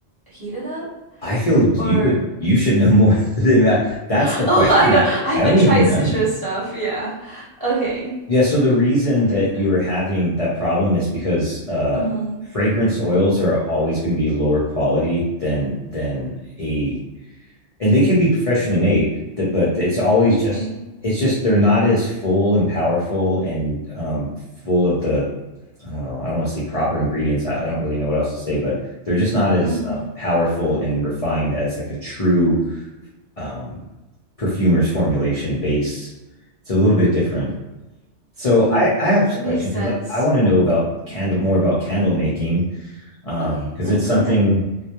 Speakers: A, on the right; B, on the left.
A: heated up?
B: I feel you
A: Or
B: would
A: <laughs>
B: you should know more <laughs> than that. That's
A: <gasps>
B: the question.
A: oh, I don't.
B: I
A: I
B: I
A: haven't
B: don't even
A: tried
B: know.
A: citrus stuff. Yeah. Okay,
B: Yeah, so the reason
A: that makes
B: that
A: sense.
B: you are having that problem is because uh,
A: Mm-hmm.
B: fragrance oils are always going to be lower quality than than a, and they can be professionally made, th- but it's always
A: Okay.
B: just it's just they're not as full and powerful and um, full of the I don't know I don't want to say proper ingredients I, I don't really know what else to say, but they're just not as
A: Mm-hmm.
B: um, powerful and refined as like a true um, perfumer's formulation base. It's a little bit different. So
A: Mm,
B: I I have a
A: that makes
B: question
A: sense.
B: because I, I want to know about candle more about candle
A: Okay.
B: making um
A: Okay.
B: because
A: Yeah.
B: um, it's
A: Go
B: something
A: ahead.